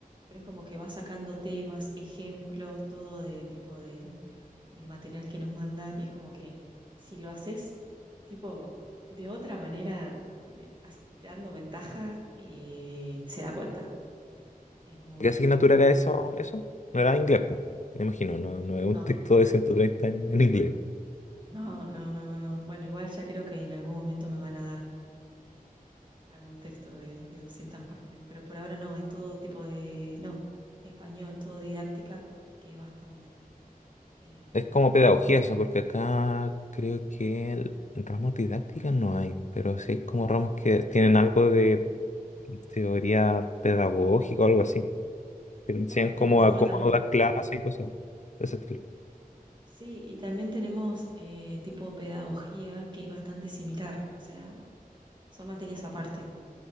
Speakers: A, on the right; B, on the left.
A: pero es como que va sacando temas, ejemplos, todo de tipo del del material que nos manda y es como que si lo haces tipo de otra manera, de- as- dando ventaja, eh, se da cuenta. Es muy...
B: ¿Qué asignatura era eso? ¿Eso? No era inglés, pues. Me imagino, no, no es
A: No,
B: un texto de 130 en, en inglés.
A: no, no, no, no, no. Bueno, igual ya creo que en algún momento me van a dar algún texto de, de 200 páginas, pero por ahora no, es todo tipo de... No, español, todo didáctica, que es bastante. Em,
B: Es como pedagogía eso, porque acá creo que el- ramos didácticas no hay, pero sí hay como ramos que tienen algo de teoría pedagógica o algo así. Que te enseñan
A: claro,
B: cómo,
A: y nosotros
B: a- cómo
A: también...
B: dar clases y cosas de ese estilo.
A: Sí, y también tenemos eh, tipo pedagogía que es bastante similar, o sea, son materias aparte.